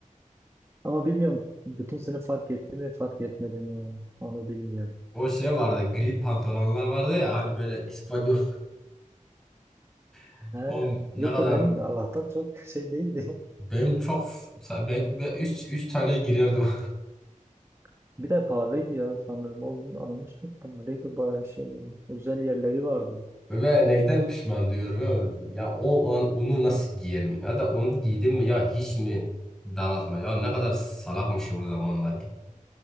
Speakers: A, on the right (about 20°); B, in the centre.
A: Ama bilmiyorum bütün sınıf fark etti mi fark etmedi mi onu bilmiyorum.
B: O şey vardı gri pantolonlar vardı ya hani böyle İspanyol <laughs>
A: He,
B: o ne
A: yok
B: kadar
A: ya benim Allah'tan çok şey değildi.
B: benim çok ben üç üç tane girerdim.
A: <laughs> Bir de pahalıydı ya sanırım. O gün almıştık pahalıydı bayağı şey. Özel yerleri vardı.
B: <laughs> Ve ben neyden pişman diyorum ya. Ya o an onu nasıl giyerim ya da onu giydim mi ya hiç mi daraltma ya ne kadar salakmışım o zamanlar ya.